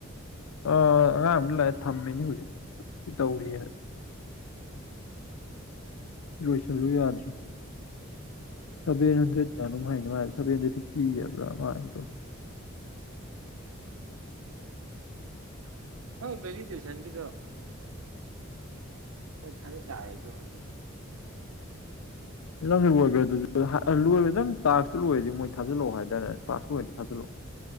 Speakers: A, on the left (about 80°); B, on the right (about 85°).
A: ꯑ ꯑꯉꯥꯡ ꯑꯃꯖꯨ ꯂꯥꯛꯑꯦ ꯊꯝꯃꯤꯅꯤ ꯍꯧꯖꯤꯛ ꯇꯧꯔꯤꯌꯦꯅ ꯂꯣꯏꯁꯜꯂꯨ ꯌꯥꯗ꯭ꯔꯦ ꯁꯚꯦꯟ ꯍꯟꯗ꯭ꯔꯦꯠ ꯀꯥꯌꯅꫭꯃ ꯍꯥꯏꯅꯦ ꯃꯥ ꯁꯚꯦꯟ ꯍꯟꯗ꯭ꯔꯦꯠ ꯐꯤꯐꯇꯤ ꯍꯥꯏꯕ꯭ꯔ ꯃꯥ ꯍꯥꯏꯕꯗꯣ
B: ꯅꯪ ꯕꯦꯂꯤꯗꯦꯁꯟꯒꯤꯗꫭ ꯈꫭꯏ ꯊꯖꯜ ꯌꯔꯔꫭꯗꯔꯣ ꯈꯪꯗ‌ꯦ
A: ꯅꯪ ꯂꯣꯏꯈ꯭ꯔ ꯑꯗꯨ ꯂꯣꯏꯔꯦ ꯅꯪ ꯇꯥꯛꯁꯇꯨ ꯂꯣꯏꯔꯗꯤ ꯃꯣꯏ ꯊꯥꯖꯤꯜꯂꯛꯑꯣ ꯍꯥꯏꯗꯥꯏꯅꯦ ꯇꯥꯛꯁ ꯂꯣꯏꯔꯗꯤ ꯊꯥꯖꯜꯂꯛꯑꯣ <inaudible>